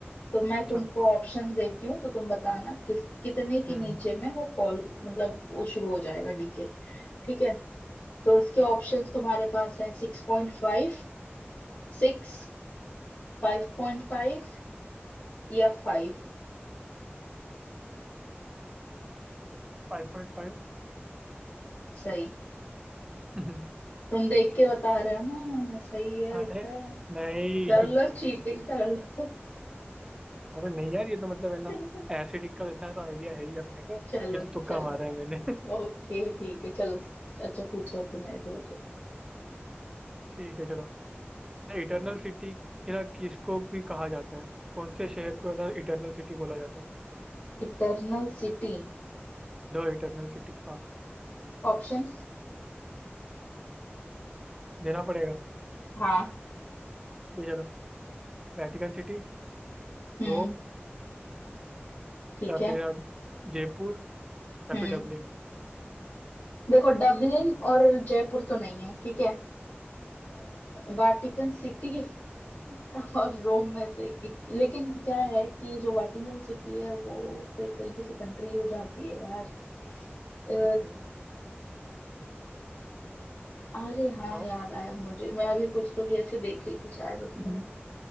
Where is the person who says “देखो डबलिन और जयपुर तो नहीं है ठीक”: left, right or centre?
Left